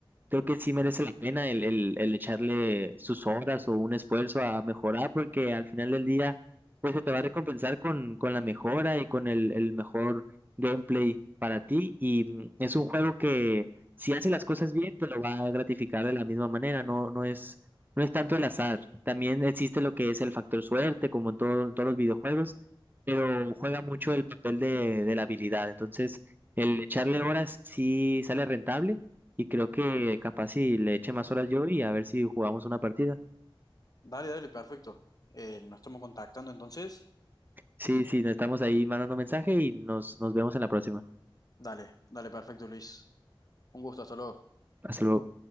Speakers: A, on the right; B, on the left.
A: creo que sí merece la pena el, el, el echarle sus horas o un esfuerzo a mejorar, porque al final del día, pues se te va a recompensar con, con la mejora y con el, el mejor gameplay para ti. Y mm, es un juego que si hace las cosas bien, te lo va a gratificar de la misma manera, no, no es, no es tanto el azar. También existe lo que es el factor suerte, como en todo- en todos los videojuegos, pero juega mucho el papel de, de la habilidad. Entonces, el echarle horas sí sale rentable y creo que capaz si le eche más horas yo y a ver si jugamos una partida.
B: Dale, dale, perfecto. Eh, nos estamos contactando entonces.
A: Sí, sí, nos estamos ahí mandando mensaje y nos, nos vemos en la próxima.
B: Dale, dale, perfecto, Luis. Un gusto, hasta luego.
A: Hasta luego.